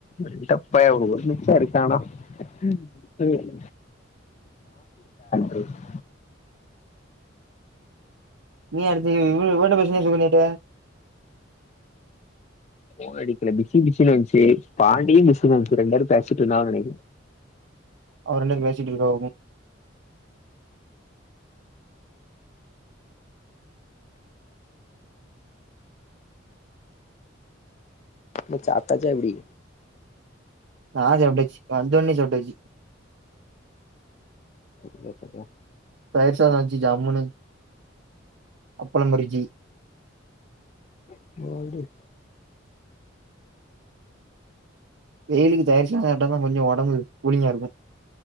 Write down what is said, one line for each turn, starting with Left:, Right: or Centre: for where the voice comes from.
Left: இந்தப் பய ஒரு ஒரு நிமிஷோ எடுத்தான்னா ம் <unintelligible>
Right: நீ அடுத்து இ இவ இவகிட்ட பேசுனியா சுகன்யாட்ட
Left: ஃபோன் அடிக்கல பிசி பிசின்னு வந்துச்சு பாண்டியு பிசின்னு வந்துச்சு ரெண்டு பேரு பேசிட்ருந்தாங்கனு நெனைக்கிறே
Right: அது ரெண்டு பேசிட்ருப்பாகருக்கு
Left: ஏ சாப்ட்டாச்சா எப்டி
Right: நா சாப்டாச்சு வந்தோன்னே சாப்ட்டாச்சி
Left: இல்ல இப்பதா
Right: தயிர் சாதோ வெச்சு ஜம்முனு அப்பளம் பொரிச்சி
Left: ம்
Right: வெயிலுக்கு தயிர் சாதோ சாப்ட்டாதா கொஞ்சோ ஒடம்பு கூலிங்கா இருக்கு